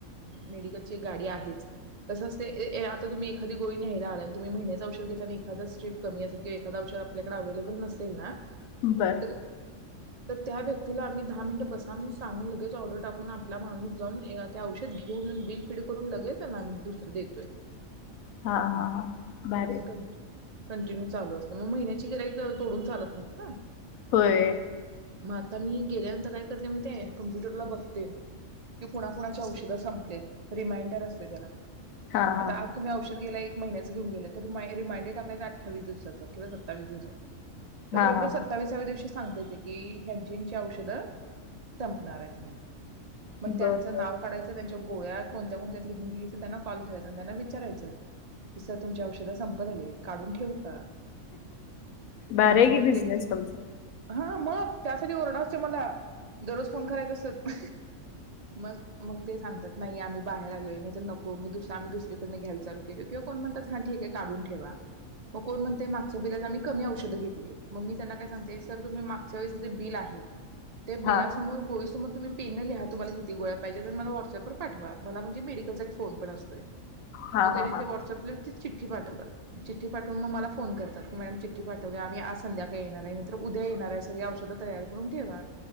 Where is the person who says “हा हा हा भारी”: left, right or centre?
Left